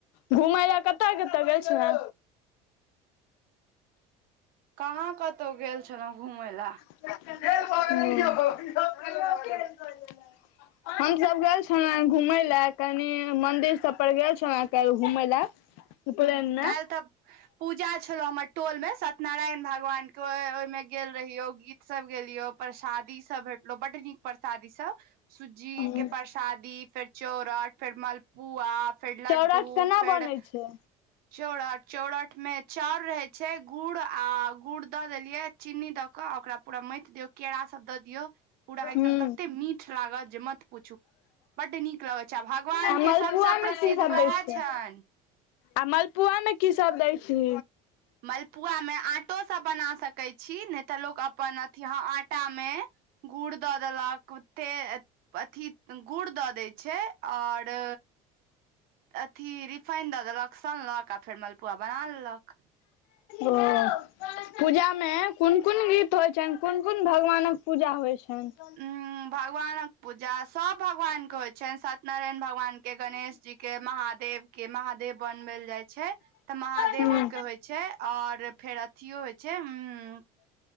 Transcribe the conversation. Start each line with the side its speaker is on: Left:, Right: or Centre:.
Left: घुमय लऽ कतऽ कतऽ गेल छला
Right: कहाँ कतौ गेल छलहुँं घुमय ला
Left: हूं हमसब गेल छलौं घूमय लए कनि मंदिर सब पर गेल छलौं काइल्ह घुमैला उपलैन मे
Right: तबऽ पूजा छलौ हमर टोल में सत्यनारायण भगवान के ओय ओइमे गेल रहियो गीत सब गेलियो परसादी सब भेटलौ बड नीक परसादी सब सुज्जी
Left: हूं
Right: के परसादी फेर चोरठ फेर मलपुआ फेर लड्डू
Left: चौरठ केना
Right: फेर
Left: बनै छै
Right: चौरठ चौरठ मे चाउर रहै छै गुड़ आ गुड़ दऽ देलियै चीन्नी द कऽ ओकरा पूरा मइथ दियऔ केरासब दऽ दियऔ पूरा एकदम
Left: हूं
Right: ततेक मीठ लागत जे मत पूछू बड्ड नीक लगै छै आ भगवानके
Left: आ मलपुआ
Right: सबसँ
Left: मे
Right: प्रसिद्ध
Left: की सब
Right: उएह
Left: दै छै
Right: छनि
Left: आ मलपुआमे की सब दै छी
Right: मलपुआ मे आंटो स बना सकै छी नइ तऽ लोक अपन अथि ह आटा मे गूड़ द देलक ते अथी गुड़ दऽ दै छै और अथी रिफाइन दऽ देलक सनलक आ फेर मलपुआ बना लेलक
Left: ओ पूजामे कोन कोन गीत होइ छनि कुन कुन भगवानक पूजा होइ छनि
Right: अं भगवानक पूजा सब भगवान के होइ छनि सत्य नारायण भगवान के गणेश जी के महादेव के महादेव बनवेल जाय छै तऽ महादेवो
Left: हूँ।
Right: के होइ छै और फेर अथियो होइ छै उ